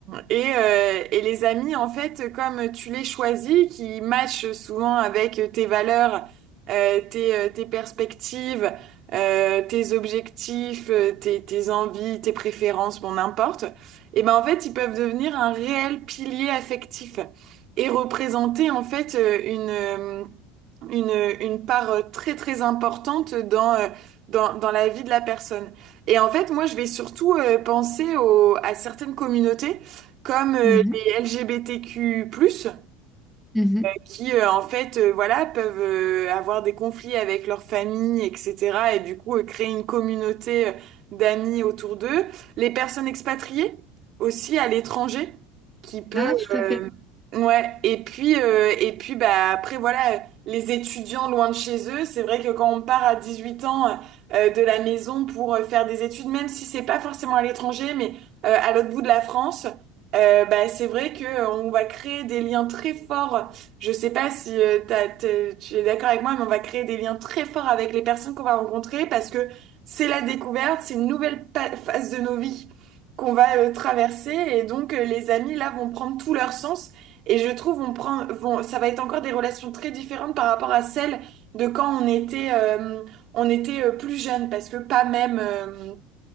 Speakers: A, on the right; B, in the centre.
A: et, euh, et les amis, en fait, comme tu les choisis, qui matchent souvent avec tes valeurs, euh, tes, euh, tes perspectives, euh, tes objectifs, euh, tes, tes envies, tes préférences, bon, n'importe, et ben en fait, ils peuvent devenir un réel pilier affectif et représenter en fait euh, une, euh, une, une part euh, très très importante dans, euh, dans, dans la vie de la personne. Et en fait, moi, je vais surtout euh, penser au- à certaines communautés comme euh,
B: Mhm,
A: les LGBTQ+,
B: mhm.
A: qui euh, en fait euh, voilà peuvent euh, avoir des conflits avec leur famille etc et du coup euh, créer une communauté euh, d'amis autour d'eux les personnes expatriées aussi à l'étranger qui peut
B: Ah, tout
A: euh,
B: à fait,
A: ouais et puis euh, et puis bah après voilà les étudiants loin de chez eux c'est vrai que quand on part à 18 ans euh, de la maison pour euh, faire des études même si c'est pas forcément à l'étranger mais euh, à l'autre bout de la France euh, bah, c'est vrai que euh, on va créer des liens très forts je sais pas si euh, t'as- t'es- tu es d'accord avec moi, mais on va créer des liens très forts avec les personnes qu'on va rencontrer parce que c'est la découverte, c'est une nouvelle pa- phase de nos vies qu'on va euh, traverser et donc euh, les amis là vont prendre tout leur sens et je trouve on prend, vont, ça va être encore des relations très différentes par rapport à celles de quand on était, euh, on était euh, plus jeune parce que pas même, euh,